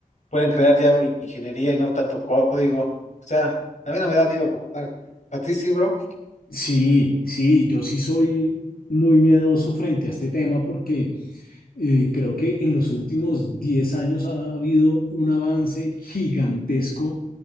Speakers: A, on the left; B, on the left.
A: pueden crear ya ingeniería y no tanto código. O sea, a mí no me da miedo como tal. A ti sí, bro.
B: Sí, sí, yo sí soy muy miedoso frente a este tema porque... Eh, creo que en los últimos 10 años ha habido un avance gigantesco